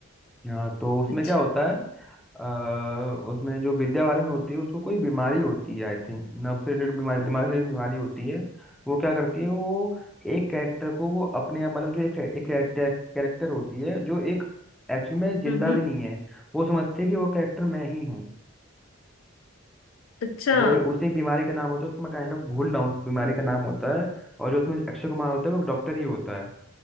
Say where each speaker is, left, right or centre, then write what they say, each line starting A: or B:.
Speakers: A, in the centre; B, on the left.
A: हाँ तो उसमें
B: अच्छा
A: क्या होता है अ, उसमें जो विद्यावालन होती है उसको कोई बीमारी होती है आई थिंक नर्व से रिलेटेड बीमारी दिमाग से रिलेटेड बीमारी होती है वो क्या करती है वो एक कैरेक्टर को वो अपने मतलब जो एक एक कैरेक्टर होती है जो एक एक्चुअल में जिंदा
B: हम्म हम्म
A: भी नहीं है वो समझती है कि वो कैरेक्टर मैं ही हूँ
B: अच्छा
A: वो ए, उसे एक बीमारी का नाम होता है उसमें काइंड ऑफ भूल रहा हूँ उस बीमारी का नाम होता है और जो उसमें अक्षय कुमार होता है वो डॉक्टर ही होता है